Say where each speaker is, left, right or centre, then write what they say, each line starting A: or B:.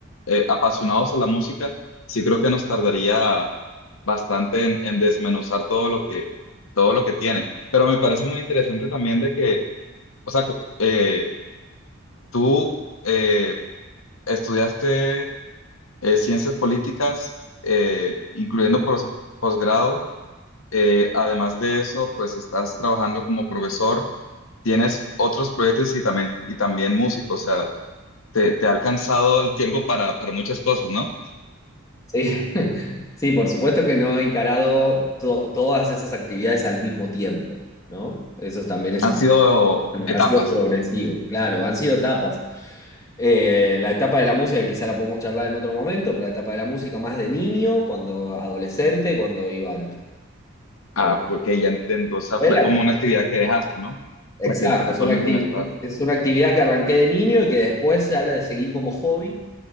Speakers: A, on the left; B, on the left.
A: eh, apasionados a la música, sí creo que nos tardaría bastante en, en desmenuzar todo lo que, todo lo que tiene. Pero me parece muy interesante también de que, o sea, cu- eh, tú eh, estudiaste eh, ciencias políticas, eh, incluyendo pos- posgrado. Eh, además de eso, pues estás trabajando como profesor, tienes otros proyectos y también, y también músico, o sea, te, te ha alcanzado el tiempo para, para muchas cosas, ¿no?
B: Sí, <laughs> sí, por supuesto que no he encarado to- todas esas actividades al mismo tiempo, ¿no? Eso también es
A: Han sido
B: Bueno,
A: etapas.
B: ha sido progresivo, claro, han sido etapas. Eh, la etapa de la música, que quizá la podemos charlar en otro momento, pero la etapa de la música más de niño, cuando adolescente, cuando iba al-
A: Ah,
B: a la
A: porque ya entiendo, o sea,
B: escuela.
A: fue como una actividad que dejaste, ¿no? O
B: Exacto,
A: sea, que actualmente
B: es una, acti-
A: no estás.
B: es una actividad que arranqué de niño y que después se la seguí como hobby